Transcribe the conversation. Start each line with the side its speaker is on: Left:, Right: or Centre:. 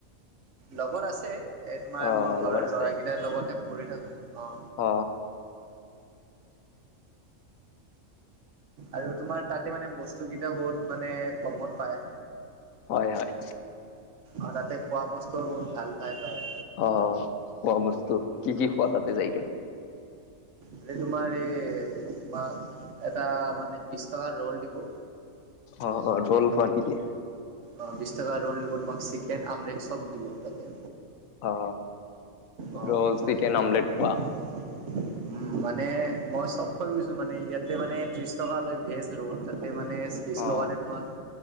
Right: লগৰ আছে। এ তোমাৰ
Left: অ
Right: মোৰ ঘৰৰ
Left: লগৰ আছে
Right: লৰা কেইটাৰ লগতে খুৰি থাকো অ।
Left: অ।
Right: আৰু তোমাৰ তাতে মানে বস্তু কেইটা বহুত মানে কমত পায়।
Left: হয় হয়।
Right: অ তাতে খোৱা বস্তুও বহুত ভাল পাই যায়।
Left: অ খোৱা বস্তু কি কি খোৱা তাতে যাই কেনে?
Right: আৰু তোমাৰ এই তোমাক এটা মানে বিশ টকাৰ ৰ'ল দিব।
Left: অ অ ৰল খোৱা নেকি?
Right: অ বিশ টকা ৰোল দিব তোমাক চিকেন আমলেট সব দিব তাতে।
Left: অ
Right: অ
Left: ৰ'ল
Right: মানে
Left: চিকেন আমলেট
Right: মই
Left: খোৱা।
Right: <inaudible> উম, মানে মই চব খৈ গৈছো মানে ইয়াতে মানে ত্ৰিশ টকা লয় ভেজ ৰোল তাত। তাতে মানে
Left: অ
Right: তোমাক,